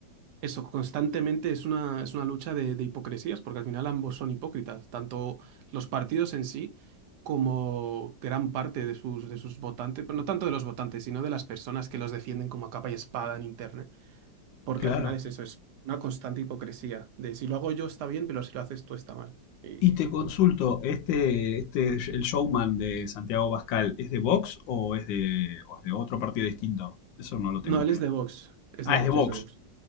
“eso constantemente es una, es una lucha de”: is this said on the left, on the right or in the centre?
Right